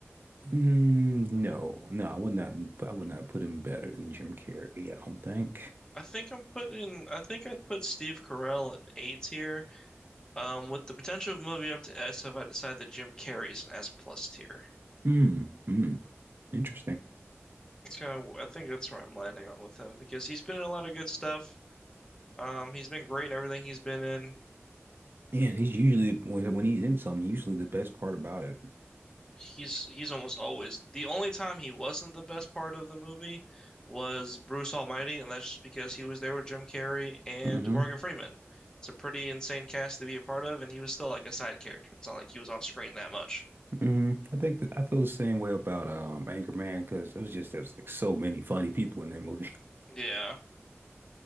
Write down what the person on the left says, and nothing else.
I think I'm putting I think I'd put Steve Carell in A tier, um, with the potential of moving up to S if I decide that Jim Carrey's an S plus tier.
It's kind of I think that's where I'm landing on with him because he's been in a lot of good stuff. Um, he's been great in everything he's been in.
he's he's almost always the only time he wasn't the best part of the movie was Bruce Almighty, and that's just because he was there with Jim Carrey and
Morgan Freeman. It's a pretty insane cast to be a part of, and he was still like a side character. It's not like he was on screen that much.
Yeah.